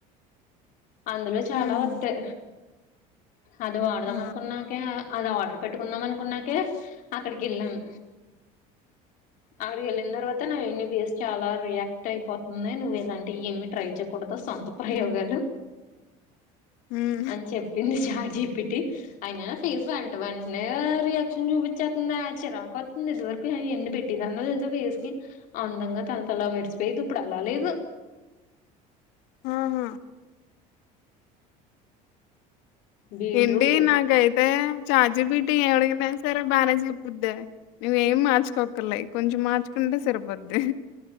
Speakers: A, on the left (about 55°); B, on the left (about 80°).
A: అందులొ చాలా
B: హుహు.
A: వత్తయి అది వాడదం
B: ఆ!
A: అనుకున్నాకే అది ఆర్డర్ పెట్టుకుందాం అనుకున్నాకె అక్కడికి వెళ్ళామ్ అక్కడికి వెళ్ళిన తర్వాత నా వెన్ని ఫేస్ చాలా రియాక్ట్ అయిపోతుంది నువ్వు ఎలాంటివి ఏమి ట్రై చేయకూడదు సొంత ప్రయోగాలు
B: హ్మ్.
A: అన్ చెప్పింది ఛాడ్జీబిటి ఆయన ఫేస్ వెంట వెంటనే రియాక్షన్ చూపించేస్తుంది చిరాకు వస్తుంది ఇదివరకు ఎన్ని పెట్టిదాన్నో తెలుస ఫేస్ కి అందంగా తలతల మెరిసిపోయేది ఇప్పుడు అలా లేదు
B: ఆహా
A: బీట్రూట్లు
B: ఏంటి నాకు ఐతే చాడ్జీబిటి ఎవడికి తెలుసు సరే బానే చెప్పుకుంటారు నువ్ ఏమ్ మార్చుకోక్కర్లే కొంచెం మార్చుకుంటే సరిపోద్ది